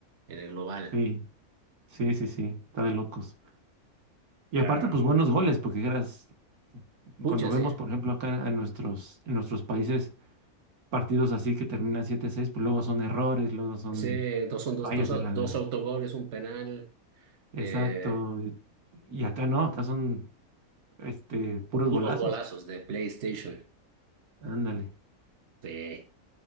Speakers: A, on the right (about 55°); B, on the right (about 85°).
A: en el global.
B: Sí, sí, sí, sí, está de locos. Y
A: Claro.
B: aparte, pues buenos goles, porque dijeras,
A: Pucha,
B: cuando vemos,
A: sí.
B: por ejemplo, acá en nuestros, en nuestros países, partidos así que terminan siete seis pues luego son errores, luego son
A: Sí, dos son dos,
B: fallas
A: dos,
B: en la
A: dos
B: de-
A: autogoles, un penal,
B: Exacto.
A: eh,
B: Y y acá no, acá son este, puros
A: puros
B: golazos.
A: golazos de PlayStation.
B: Ándale.
A: Sí.